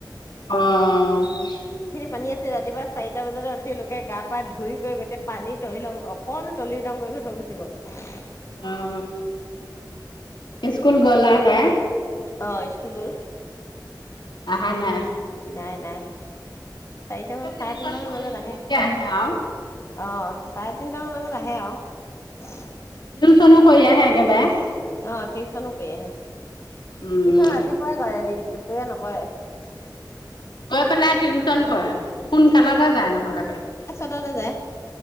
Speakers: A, on the left; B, on the left.
A: অঅঅ টিয়া।
B: পানী ৰাতিপুৱা চাৰিটা বজাতে উঠি লোকে গা পা ধুইকৈ গোটেই পানী তহিলং অকণো তলিৰদং কৰি থৈ গুচি গ'ল উমসৎ।
A: অ অ অ স্কুল গলা তাই।
B: অ স্কুল গ'ল।
A: আহা নাই।
B: নাই নাই। চাৰিটা
A: পিছত
B: মান চাৰে
A: টিউচন
B: তিনটামান
A: কৰি
B: বজাত আহে
A: মেলি আৰু
B: অঁ চাৰে তিনটামান বজাত আহে আৰু উম
A: টিউচনো কৰি কৈ আহে একেবাৰে
B: অ', টিউচনো কৰি আহে
A: উম
B: ৰাতিপুৱাই কৰে দুপৰীয়া নকৰে
A: গৈ পেলাই টিউচন কৰে সোনকালতে যায় নহ'লে বা
B: কিহত যাই